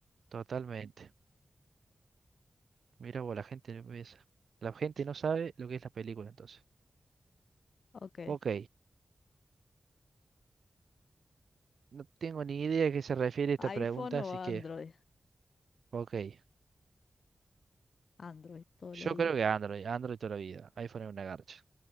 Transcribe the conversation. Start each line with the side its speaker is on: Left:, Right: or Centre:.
Right: Totalmente. Mira vos, la gente no piensa. La gente no sabe lo que es la película entonces.
Left: Ok.
Right: Ok. No tengo ni idea a qué se refiere esta pregunta,
Left: ¿iPhone
Right: así
Left: o Android?
Right: que... Ok.
Left: Android, todo el
Right: Yo
Left: día.
Right: creo que Android, Android toda la vida. iPhone es una garcha.